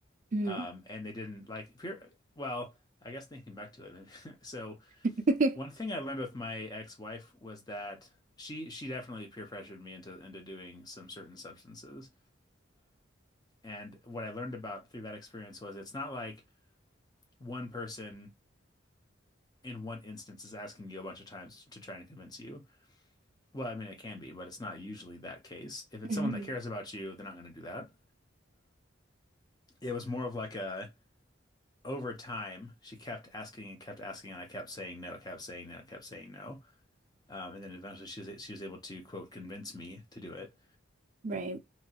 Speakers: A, on the right (about 40°); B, on the left (about 20°).
A: Mm.
B: um, and they didn't like peer. Well, I guess thinking back to it, <laughs> so
A: <laughs>
B: One thing I learned with my ex-wife was that she she definitely peer pressured me into into doing some certain substances. And what I learned about through that experience was it's not like one person in one instance is asking you a bunch of times to try and convince you. Well, I mean it can be, but it's not usually that case. If it's
A: Mhm.
B: someone that cares about you, they're not going to do that. It was more of like a over time, she kept asking and kept asking, and I kept saying no, kept saying no, kept saying no. Um, and then eventually she was she was able to quote convince me to do it.
A: Right.